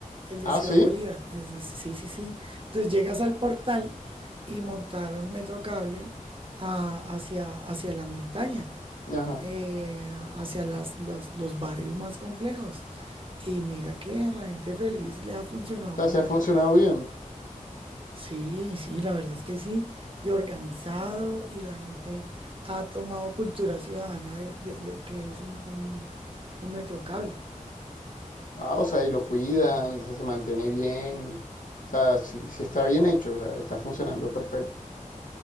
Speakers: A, on the right; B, on the left.
A: el de
B: Ah,
A: Ciudad
B: sí.
A: Bolívar. Es de- sí, sí, sí. Entonces llegas al portal y montaron metro cable ah, hacia, hacia la montaña
B: Ajá.
A: eh, hacia las, los, los barrios más complejos. Y mira que a la gente feliz le ha funcionado
B: O sea,
A: un montón
B: se ha funcionado
A: eso
B: bien.
A: Sí, sí, la verdad es que sí. Y organizado, y la gente ha tomado cultura ciudadana de, de- de que es un, un, un metrocable.
B: Ah, o sea, y lo cuidan,
A: Entonces,
B: se, se mantiene bien. O sea, si, si está bien hecho, o sea, está funcionando perfecto.